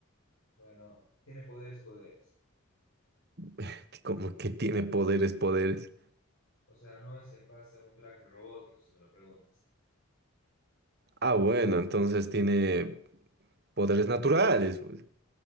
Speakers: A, on the left; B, on the right.
A: Bueno, tiene poderes, poderes.
B: <laughs> Como que tiene poderes, poderes.
A: O sea, no es en base a un traje robótico, si me lo preguntas.
B: Ah, bueno, entonces tiene poderes naturales, pues.